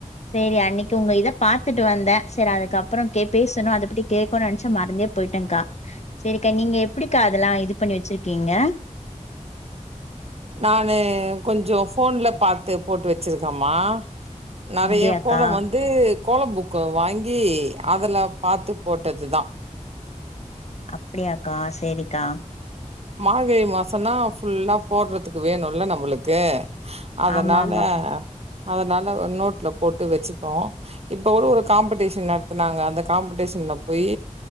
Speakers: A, on the left; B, on the right.
A: சேரி அன்னைக்கு உங்க இதப் பார்த்துட்டு வந்தே செரி அதுக்கப்புறோ கே பேசணும் அதப் பத்தி கேக்கணும்னு நெனைச்சே. மறந்தே போயட்டேன்கா சரிக்கா நீங்க எப்பிடிக்கா அதெல்லா இது பண்ணி வச்சிருக்கீங்க
B: நானு கொஞ்சோ ஃபோன்ல பார்த்து போட்டு வச்சிருக்கேமா நெறைய
A: அப்டியாக்கா
B: கோலம் வந்து கோல புக்கு வாங்கி அதுல பாத்து போட்டது தா
A: அப்டியாக்கா சேரிகா
B: மார்கழி மாசோன்னா ஃபுல்லா போடுறதுக்கு வேணுல்ல நம்மளுக்கு அதனால
A: ஆமா ஆமாக்கா
B: அதனால நோட்டுல போட்டு வச்சுப்போ. இப்போ ஒரு காம்பெடிஷன் நடத்துனாங்க. அந்த காம்பெடிஷன்ல போயி